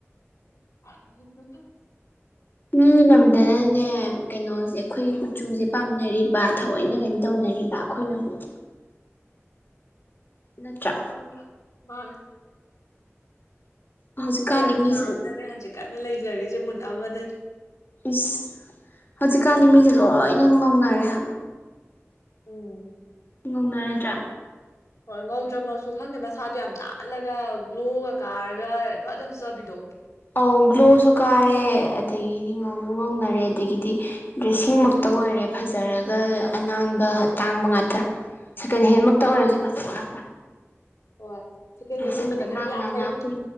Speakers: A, on the left (about 80°); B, on the left (about 45°).
A: <inaudible>
B: ꯎꯝ ꯂꯝꯗꯅꯅꯦ ꯀꯩꯅꯣꯁꯦ ꯑꯩꯈꯣꯏ ꯀꯨꯆꯨꯁꯦ ꯄꯥꯝꯅꯔꯤꯕ ꯊꯑꯣꯏꯅ ꯀꯩꯅꯣ ꯇꯧꯅꯔꯤꯕ ꯑꯩꯈꯣꯏꯅ ꯑꯃꯨꯛ ꯅꯠꯇ꯭ꯔꯥ
A: ꯈꯪꯗꯦ ꯃꯥꯅꯦ
B: ꯍꯧꯖꯤꯛꯀꯥꯟꯗꯤ
A: ꯑꯩ ꯑꯁꯥ
B: ꯃꯤꯁꯦ
A: ꯑꯝꯗꯅꯦ ꯍꯧꯖꯤꯛ ꯀꯟꯅ ꯂꯩꯖꯔꯤꯁꯦ ꯃꯨꯠ ꯑꯃꯗ
B: ꯏꯁ ꯍꯧꯖꯤꯛꯀꯥꯟꯗꯤ ꯃꯤꯁꯦ ꯂꯣꯏꯅ ꯉꯧꯅꯔꯦ ꯍꯥꯏꯕ
A: ꯎꯝ
B: ꯉꯧꯅꯔꯥꯗ꯭ꯔꯥ
A: ꯍꯣꯏ ꯉꯧꯗ꯭ꯔꯃꯛꯁꯨ ꯈꯪꯗꯦ ꯃꯁꯥꯗꯣ ꯌꯥꯝ ꯅꯥꯜꯂꯒ ꯒ꯭ꯂꯣꯒ ꯀꯥꯔꯒ ꯏꯐꯗ ꯐꯖꯕꯤꯗꯣ
B: ꯑꯧ ꯒ꯭ꯂꯣꯁꯨ ꯀꯥꯔꯦ ꯑꯗꯒꯤꯗꯤ ꯉꯧꯁꯨ ꯉꯧꯅꯔꯦ ꯑꯗꯒꯤꯗꯤ ꯗ꯭ꯔꯦꯁꯤꯡ ꯃꯛꯇ ꯑꯣꯏꯔꯦ ꯐꯖꯔꯒ ꯑꯅꯥꯟꯕ ꯇꯥꯡꯕ ꯉꯥꯛꯇ ꯁꯦꯀꯦꯟ ꯍꯦꯟꯃꯛꯇ
A: ꯑꯣ
B: ꯑꯣꯏꯔꯁꯨ ꯐꯖꯕ ꯉꯛꯇ
A: ꯍꯣꯏ ꯁꯦꯀꯦꯟ
B: ꯗ꯭ꯔꯦꯁꯁꯤꯡꯒꯗꯣ
A: ꯍꯦꯟꯁꯨ ꯃꯤꯗꯤ
B: ꯅꯥꯟ
A: ꯈꯟꯕ ꯌꯥꯝ
B: ꯅꯥꯟꯅ
A: ꯍꯩ
B: ꯑꯩꯈꯣꯏ